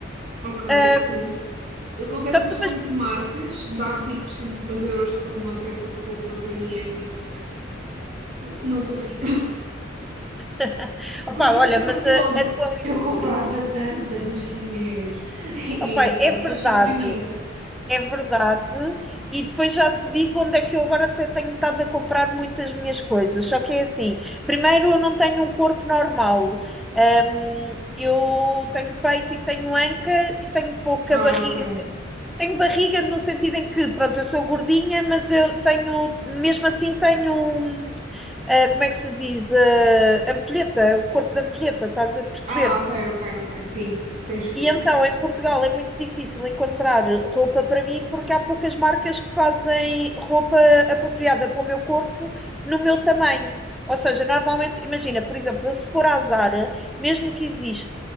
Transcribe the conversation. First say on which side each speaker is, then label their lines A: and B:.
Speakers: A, on the right (about 35°); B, in the centre.
A: Ok,
B: Ah,
A: sim. Eu confesso
B: só
A: que
B: que
A: não
B: depois,
A: sou muito de marcas. Dar tipo 150 euros por uma peça de roupa para mim é tipo, não consigo. <laughs>
B: <laughs> opá,
A: Porque
B: olha,
A: eu penso
B: mas a,
A: logo,
B: a qualidade,
A: eu comprava tantas no chinês. <laughs> E
B: opá, é
A: pronto,
B: verdade,
A: depois fico deprimida.
B: é verdade. E depois já te digo onde é que eu agora até tenho estado a comprar muitas minhas coisas. Só que é assim, primeiro eu não tenho um corpo normal. Hum, eu tenho peito e tenho anca e tenho pouca
A: Ah,
B: barriga,
A: ok.
B: Tenho barriga no sentido em que, pronto, eu sou gordinha, mas eu tenho, mesmo assim, tenho, hum, ah, como é que se diz? Ah, ampulheta, o corpo da ampulheta, estás a perceber?
A: Ah, ok, ok, ok. Sim, tens curvas.
B: E então, em Portugal é muito difícil encontrar roupa para mim porque há poucas marcas que fazem roupa apropriada para o meu corpo no meu tamanho. Ou seja, normalmente, imagina, por exemplo, eu se for à Zara, mesmo que exista